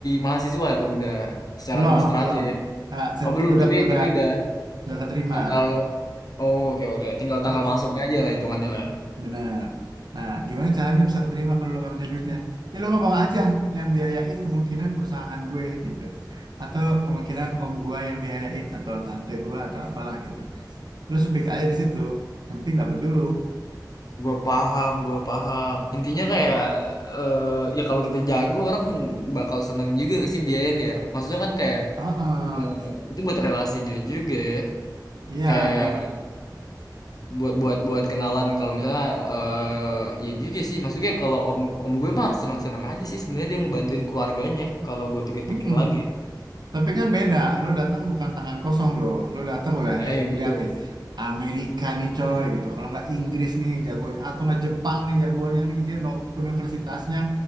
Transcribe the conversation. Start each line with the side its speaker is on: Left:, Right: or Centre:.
Left: mahasiswa tuh udah secara
Right: Belum,
Left: administrasi
Right: belum.
Left: ya
Right: Ah, set-
Left: Oh belum,
Right: udah,
Left: tapi
Right: udah,
Left: tapi udah
Right: udah keterima.
Left: tanggal. Oh oke oke, tinggal
Right: Terus
Left: tanggal masuknya aja lah hitungannya lah.
Right: Benar. Nah, gimana caranya bisa keterima kalau lo gak punya duitnya? Ya Ya lo ngomong aja yang biayain kemungkinan perusahaan gue gitu. Atau kemungkinan om gue yang biayain atau tante gue atau apalah gitu. Lo speak aja di situ. Yang penting dapet dulu.
Left: Gue paham, gue paham. Intinya kayak eh ya kalau kita jago orang bakal seneng juga gak sih biayain ya. Maksudnya kan kayak
Right: Oh,
Left: eh, itu buat relasi dia juga ya.
Right: iya
Left: Kayak
Right: dia.
Left: buat buat buat kenalan kalau misalnya eh ya juga sih. Maksudnya kalau om om gue mah seneng seneng aja sih sebenarnya dia ngebantuin keluarganya kalau gue pikir-pikir
Right: Mm-mm.
Left: lagi ya.
Right: Tapi kan beda, lu datang bukan tangan kosong bro, lu datang udah
Left: Ya
Right: eh
Left: iya betul.
Right: lihat deh Amerika nih coy gitu, kalau nggak Inggris nih jagonya, atau nggak Jepang nih jagonya nih, dia no, universitasnya